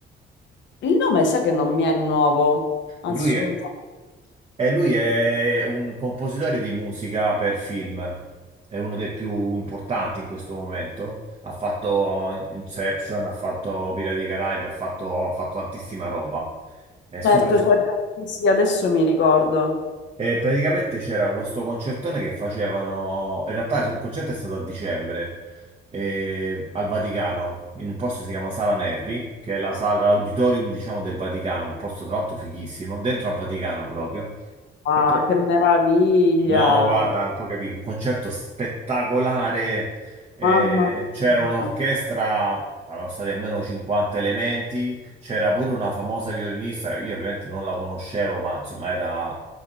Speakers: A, on the left; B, on the right.
A: Il nome sa che non mi è nuovo, assolutamente.
B: lui è, e lui è un compositore di musica per film, è uno dei più importanti in questo momento, ha fatto Inception, ha fatto Pirati dei Caraibi, ha fatto ha fatto tantissima roba. È super,
A: Certo, certo, sì, sì, adesso mi ricordo.
B: E praticamente c'era questo concertone che facevano. In realtà il concerto è stato a dicembre eh, al Vaticano, in un posto che si chiama Sala Nervi, che è la sala, l'auditorium, diciamo, del Vaticano, un posto tra l'altro fighissimo, dentro al Vaticano proprio.
A: Ah,
B: E per- eh,
A: che meraviglia,
B: No, guarda, non puoi capire, un concerto spettacolare. eh,
A: mamma
B: c'era
A: mia.
B: un'orchestra, erano stati almeno 50 elementi, c'era pure una famosa violinista, io ovviamente non la conoscevo, ma insomma era